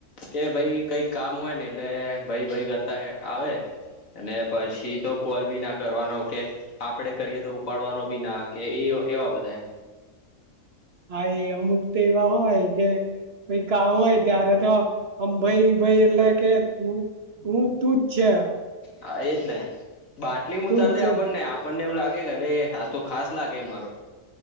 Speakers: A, on the left (about 75°); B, on the right (about 50°).
A: કે ભાઈ કઈક કામ હોય ને એટલે ભાઈ ભાઈ કરતા આવે. અને પછી તો કોલ બી ના કરવાનો કે આપડે કરીએ તો ઉપાડવાનો બી ના કે એવા બધા
B: હ અમુક તો એવા હોય કે ભ કામ હોય ત્યારે તો આમ ભાઈ ભાઈ એટલે કે હું હું તુંજ છે
A: હા એ જ ને બાટલી
B: તું
A: ઉતારી દે
B: જ છે
A: આપણને
B: તું
A: આપણને એવું લાગે કે અરે આ તો ખાસ લાગે મારો